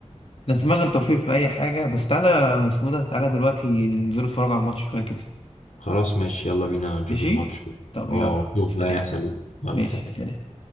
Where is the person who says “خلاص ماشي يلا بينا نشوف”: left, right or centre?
Left